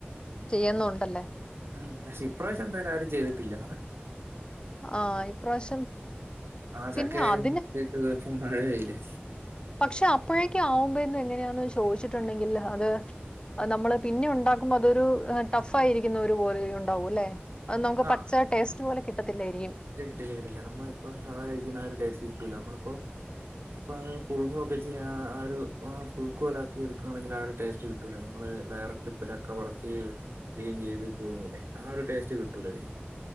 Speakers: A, on the left; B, on the right.
A: ചെയ്യ്ന്നുണ്ടല്ലേ
B: ഉം. പക്ഷെ ഇപ്രാവശ്യം എന്തായാലും ആരും ചെയ്ത്ട്ടില്ല.
A: ആഹ് ഇപ്രാവശ്യം
B: ആഹ്
A: പിന്നെ
B: ചക്കയായി
A: അതിന്
B: വന്നപ്പഴത്തേക്ക് ഇപ്പം മഴയായില്ലേ
A: പക്ഷെ അപ്പോഴേക്ക്യും ആവുമ്പയേന്ന് എങ്ങനെയാന്ന് ചോയ്ച്ച്ട്ട് ഇണ്ടെങ്കിൽ അത് അത് നമ്മള് പിന്നെ ഉണ്ടാക്ക ക്കുമ്പൊ അതൊരു ടഫായി ഇരിക്കുന്ന ഒരു പോലെ ഉണ്ടാവും അല്ലെ അത് നമ്ക്ക്
B: ആഹ്
A: പച്ച ടേസ്റ്റ് പോലെ കിട്ടത്തില്ലായിരിക്കും
B: തീർച്ചയായും കിട്ടില്ല്യ നമ്മളിപ്പോ സാധാ കഴിക്കുന്ന ആ ടേസ്റ്റ് കിട്ടൂല നമ്മളിപ്പോ ഇപ്പൊ അഹ് പുഴുങ്ങുഒക്കെ ചെയ്യാ ആ ഒരു പുഴുക്ക് പോലെ ആക്കി എട്ക്കാണെങ്കിൽ ആ ഒര് ടേസ്റ്റ്‌ കി ട്ടൂല ഞമ്മള് ഡയറക്റ്റ് ഇപ്പ ചക്ക പറിച്ചെയ്ത് ക്ലീൻ ചെയ്ത് പുഴുങ്ങൂലേ ഒരു ടേസ്റ്റ് കി ട്ടൂലതിന്